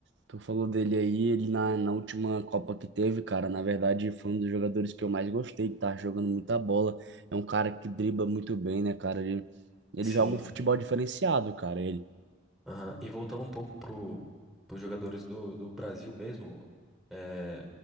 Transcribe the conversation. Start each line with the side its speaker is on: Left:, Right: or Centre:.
Right: Tu falou dele aí, ele na, na última Copa que teve, cara, na verdade foi um dos jogadores que eu mais gostei, que tá jogando muita bola. É um cara que dribla muito bem, né, cara? Ele, ele
Centre: Sim.
Right: joga um futebol diferenciado, cara. Ele.
Centre: Aham. E voltando um pouco pro, pros jogadores do, do Brasil mesmo, é,